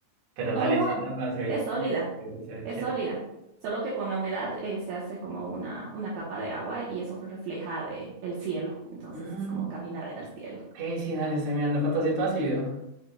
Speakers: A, on the right; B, on the right.
A: Pero
B: Oh,
A: dale,
B: no,
A: sí está para ser
B: es sólida,
A: chévere, se ve
B: es
A: chévere.
B: sólida. Solo que con la humedad eh, se hace como una, una capa de agua y eso refleja de, el cielo. Entonces
A: Mm,
B: es como caminar en el cielo.
A: ok, sí, dale, estoy mirando fotos y todo ha sido.